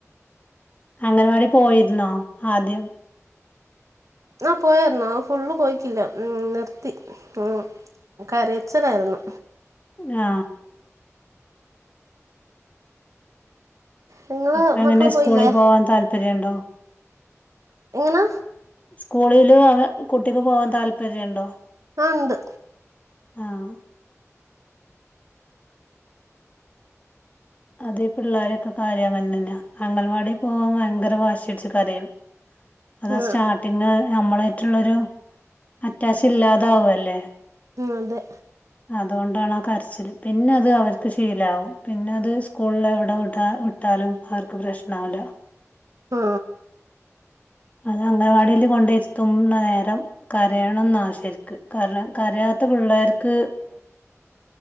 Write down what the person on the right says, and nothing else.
ആ പോയാരുന്നു അത് ഫുള്ള് പോയിക്കില്ല ഉം നിർത്തി ഉം കര ച്ചിലായിരുന്നു
നിങ്ങളെ
മക്കൾ
പോയില്ലേ
എങ്ങനാ
ആ ണ്ട്
ആ
മ് അതേ
ആ